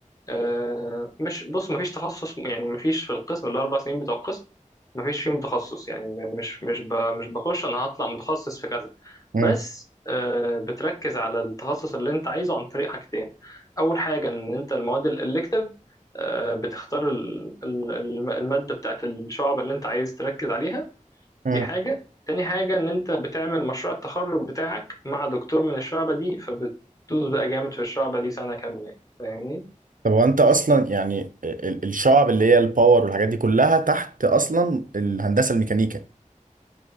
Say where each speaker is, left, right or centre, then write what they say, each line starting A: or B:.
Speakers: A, on the left (about 25°); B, on the right (about 80°).
A: آه، مش بص مفيش تخصص يعني مفيش في القسم الاربع سنين بتوع القسم مفيش فيهم تخصص يعني م- مش مش ب- مش بخش انا هطلع متخصص في كذا
B: فاهم.
A: بس آه، بتركز على التخصص اللي انت عايزه عن طريق حاجتين اول حاجه ان انت المواد الالكتيف آه، بتختار ال- ال- الم- الماده بتاعت الشعب اللي انت عايز تركز عليها
B: مم.
A: دي حاجه تاني حاجه ان انت بتعمل مشروع التخرج بتاعك مع دكتور من الشعبه دي فبتدوس بقى جامد في الشعبه دي سنه كامله يعني. فاهمني
B: طب هو انت اصلا يعني ال- ال- الشعب اللي هي الباور والحاجات دي كلها تحت اصلا الهندسه الميكانيكا